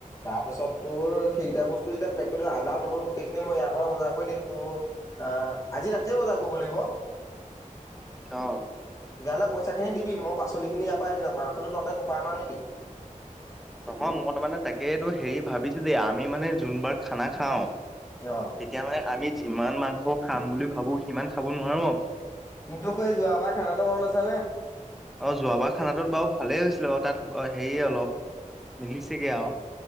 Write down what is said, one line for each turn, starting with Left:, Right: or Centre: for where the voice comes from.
Left: তাৰপাছত তোৰ সেইকেইটা বস্তু যেতিয়া পেক কৰিলো আদা নহৰু গোটেইখিনি মই ইয়াৰ পৰা বজাৰ কৰি নিম। ত আহ আজি ৰাতিয়ে বজাৰ কৰিব লাগিব।
Centre: অ
Left: তেতিয়াহ'লে পইচা খিনি দিবি মই পাচলি খিনি ইয়াৰ পৰা লৈ লম মাংসটো তহঁতে কপা আন আনিবি
Centre: তপন মই তাৰমানে তাকেই তোৰ হেৰি ভাবিছো দেই আমি মানে যোনবাৰ খানা খাও তেতিয়া
Left: অ
Centre: মানে আমি যিমান মাংস খাম বুলি ভাবো সিমান খাব নোৱাৰো
Left: মোক নখৈ যোৱাবাৰ খানাটো মনত আছে নে?
Centre: অ, যোৱাবাৰ খানাটোত বাৰু ভালেই হৈছিলে বাৰু তাত ব হেৰি অলপ মিলিছেগে আৰু